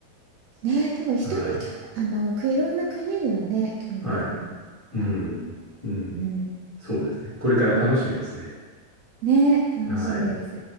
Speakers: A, on the right; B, on the left.
A: う。ね、でも人にきょ、
B: はい。
A: あの、くいろんな国にはね、興味を持ってるから、
B: はい。うん。うん。
A: うん、
B: そうですね。これから楽しみですね。
A: ね、楽しみです。
B: はい。